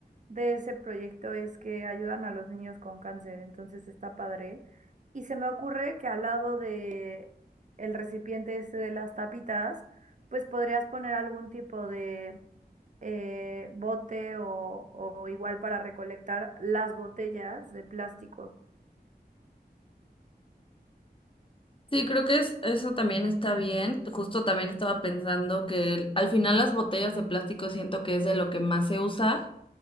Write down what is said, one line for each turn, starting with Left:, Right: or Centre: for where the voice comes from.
Right: de ese proyecto es que ayudan a los niños con cáncer, entonces está padre. Y se me ocurre que al lado de el recipiente este de las tapitas, pues podrías poner algún tipo de eh, bote o, o igual para recolectar las botellas de plástico.
Left: Sí, creo que es, eso también está bien. Justo también estaba pensando que el- al final las botellas de plástico siento que es de lo que más se usa.